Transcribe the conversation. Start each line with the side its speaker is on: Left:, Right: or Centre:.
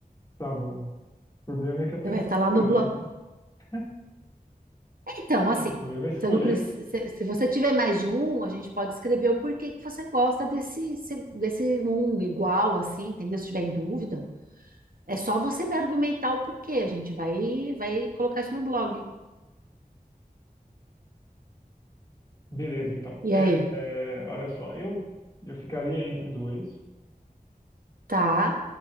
Left: Tá bom. O problema é que eu tenho
Right: Você vai
Left: que
Right: estar
Left: escolher,
Right: lá no blog.
Left: né? <laughs>
Right: Então, assim,
Left: O problema é escolher.
Right: você não precisa, se, se você tiver mais de um, a gente pode escrever o porquê que você gosta desse, se- desse um igual, assim, entendeu? Se tiver em dúvida, é só você me argumentar o porquê. A gente vai, vai colocar isso no blog.
Left: Beleza, então.
Right: E
Left: É,
Right: aí,
Left: é, olha só, eu, eu ficaria entre dois,
Right: tá?